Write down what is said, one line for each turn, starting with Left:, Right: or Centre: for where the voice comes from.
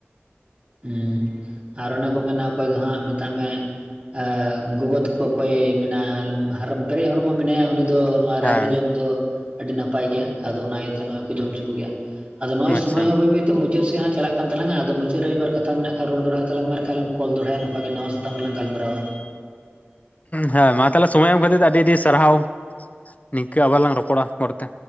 Right: ᱦᱮᱸ ᱟᱨ ᱚᱱᱮ ᱠᱚ ᱢᱮᱱᱟ ᱚᱠᱚᱭ ᱫᱚ ᱦᱟᱸᱜ ᱢᱮᱛᱟᱜ ᱢᱮ᱾ ᱟ ᱜᱚᱜᱚ ᱛᱟᱠᱚ ᱚᱠᱚᱭ ᱢᱮᱱᱟ <unintelligible> ᱯᱮᱨᱮᱡ ᱦᱚᱲᱢᱚ ᱢᱮᱱᱟᱭᱟ ᱩᱱᱤ ᱫᱚᱼᱼ ᱱᱚᱣᱟ
Left: ᱦᱮᱸ
Right: ᱨᱟᱦᱮᱲ ᱡᱚᱢ ᱫᱚ ᱟᱹᱰᱤ ᱱᱟᱯᱟᱭ ᱜᱮᱭᱟ ᱟᱫᱚ ᱚᱱᱟ ᱤᱭᱟᱹᱛᱮ ᱱᱚᱜᱼᱚᱭ ᱠᱚ ᱡᱚᱢ ᱦᱚᱪᱚ ᱠᱚ ᱜᱮᱭᱟ᱾ ᱟᱫᱚ ᱱᱚᱜᱼᱚᱭ ᱥᱚᱢᱚᱭ
Left: ᱟᱪᱪᱷᱟ
Right: ᱦᱚᱸ ᱵᱟᱹᱭ ᱵᱟᱹᱭᱛᱮ ᱢᱩᱪᱟᱹᱫ ᱥᱮ ᱦᱟᱸᱜ ᱪᱟᱞᱟᱜ ᱠᱟᱱ ᱛᱟᱞᱟᱟ ᱟᱫᱚ ᱪᱮᱫ ᱨᱮ ᱢᱤᱫ ᱵᱟᱨ ᱠᱟᱛᱷᱟ ᱢᱮᱱᱟᱜ ᱠᱷᱟᱱ ᱨᱚᱲ ᱫᱚᱲᱦᱲᱟ ᱛᱟᱞᱟᱝ ᱢᱮ ᱟᱨ ᱠᱷᱟᱡ ᱞᱟᱝ ᱠᱚᱞ ᱫᱚᱲᱦᱟᱭᱟ ᱱᱚᱝᱠᱟ ᱜᱮ ᱱᱚᱣᱟᱣᱟ ᱥᱟᱛᱟᱢ ᱨᱮᱞᱟᱝ ᱜᱟᱞᱢᱟᱨᱟᱣᱟ᱾
Left: ᱦᱮᱸ ᱢᱟ ᱛᱟᱦᱚᱞᱮ ᱥᱚᱢᱚᱭ ᱮᱢ ᱠᱷᱟᱹᱛᱤᱨ ᱟᱹᱰᱤ ᱟᱹᱰᱤ ᱥᱟᱨᱦᱟᱣ ᱱᱤᱝᱠᱟᱹ ᱟᱵᱟᱨ ᱞᱟᱝ ᱨᱚᱯᱚᱲᱟ ᱯᱚᱲᱮᱛᱮ᱾